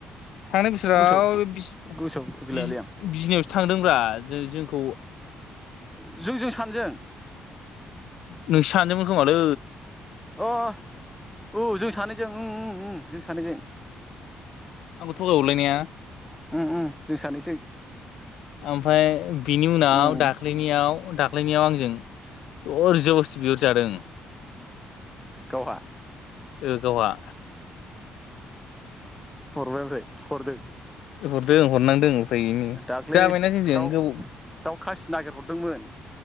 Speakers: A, on the left; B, in the centre.
A: थांनाय बोसोराव
B: गोसोआव
A: बिज
B: गोसोआव गैलालै
A: बिज
B: आं
A: बिजनिआव थांदोंब्रा जो-जोंखौ
B: ओ जोंजों सानजों
A: नोंसो सानदोंमोन खोमालै
B: अ औ जों सानै जों अम अम ओम जों सानैजों।
A: आंखौ थगायहरलायनाया
B: उम उम जों सानैसो
A: ओमफाय बिनि
B: उम
A: उनाव दाख्लैनियाव-दाख्लैनियाव आं जों जर जबस बिहर जादों।
B: गावहा
A: ओ गावहा
B: हरबाय ओमफ्राय हरदों
A: हरदों हरनांदों उफाय गैयिनि
B: दाख्लै
A: जाबायना जोंजों
B: दाउ-दाउ
A: गोबाव
B: खासि नागिरहरदोंमोन